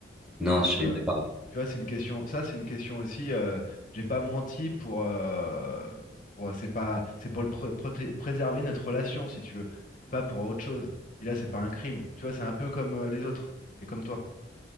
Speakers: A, in the centre; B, on the left (about 45°).
A: non,
B: Donc,
A: je suis
B: euh,
A: d'accord.
B: tu vois, c'est une question. Ça, c'est une question aussi. euh, j'ai pas menti pour. euh, pour- euh, c'est pas. C'est pour le pr- proté- préserver notre relation, si tu veux. C'est pas pour autre chose. Puis là, c'est pas un crime. Tu vois, c'est un peu comme euh, les autres et comme toi.